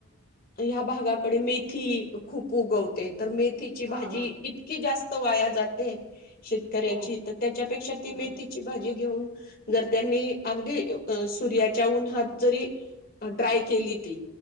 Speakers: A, on the left (about 40°); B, on the right (about 65°).
A: या भागाकडे मीठ की खूप उगवते. तर मेथीची भाजी
B: हा हा
A: इतकी जास वाया जाते. शेतकऱ्याची
B: हो
A: त त्याच्यापेक्षा ती
B: हो
A: मेथीची
B: बरोबर
A: भाजी घेऊन जर त्यांनी अगदी सूर्याच्या उन्हात जरी ड्राय केली ती